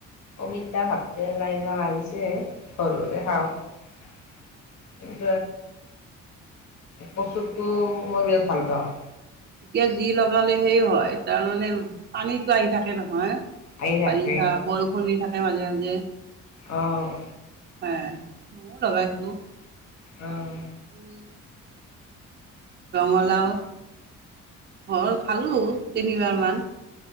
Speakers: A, on the left; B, on the right.
A: অমিতা ভাটকেৰেলা এইবিলাক লাগিছে ঘৰৰে খাওঁ। কচুটো মই বিৰাট ভাল পাওঁ।
B: এতিয়া যি লগালে সেইয়ে হয় তাৰমানে পানী। টো আহি থাকে নহয়,
A: আহি থাকে
B: বাৰিষা বৰষুণ দি থাকে মাজে মাজে।
A: অহ।
B: হে মইয়ো লগাইছো।
A: অহ।
B: পুই ৰঙালাও, ঘৰৰ খালো তিনিবাৰ মান।